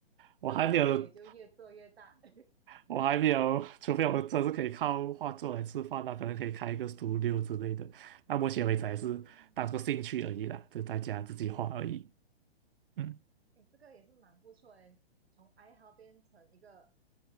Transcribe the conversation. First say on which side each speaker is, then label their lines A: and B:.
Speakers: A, on the right; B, on the right.
A: 我还没有，
B: 到时候可以就越做越大。<laughs>
A: 我还没有，除非我真是可以靠画作来吃饭，那可能可以开一个 studio 之类的。那目前为止还是当做兴趣而已啦，
B: 嗯，
A: 就在家自己画而已。嗯
B: 哎，这个也是蛮不错的，从爱好变成一个